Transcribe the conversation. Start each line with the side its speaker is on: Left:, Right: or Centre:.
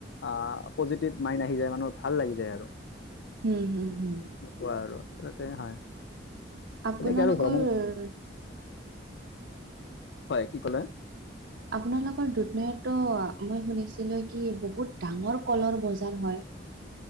Left: আহ পজিটিভ মাইণ্ড আহি যায় মানুহ ভাল লাগি যায় আৰু
Right: হম হম হম
Left: সেনেকোৱা আৰু আচলতে হয়
Right: আপোনালোকৰ
Left: তেনেকে আৰু ভাবো হয় কি ক'লে
Right: আপোনালোকৰ দুধনৈত টো মই শুনিছিলো কি বহুত ডাঙৰ কলৰ বজাৰ হয়